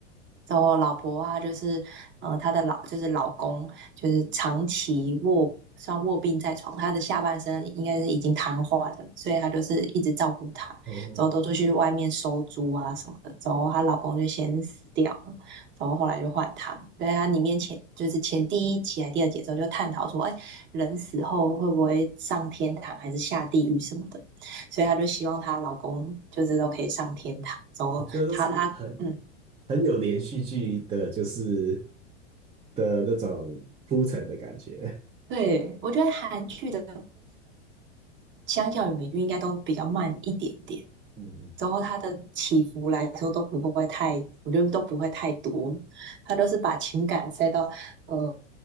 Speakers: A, on the right; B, on the right.
A: 然后老婆啊，就是呃，她的老就是老公，就是长期卧算卧病在床，她的下半身应该是已经瘫痪了，所以她就是一直照顾她，
B: 哦。
A: 之后都出去外面收租啊什么的，之后她老公就先死掉了，然后后来就换她，所以她里面前就是前第一集还第二集的时候就探讨说，哎，人死后会不会上天堂还是下地狱什么的，所以她就希望她老公就是都可以上天堂，之后她她。
B: 我觉得都是很
A: 嗯。
B: 很有连续剧的，就是的那种铺陈的感觉。
A: 对，我觉得韩剧的相较于美剧应该都比较慢一点点，
B: 嗯，
A: 然后它的起伏来说都不会太，我觉得都不会太多，它都是把情感塞到呃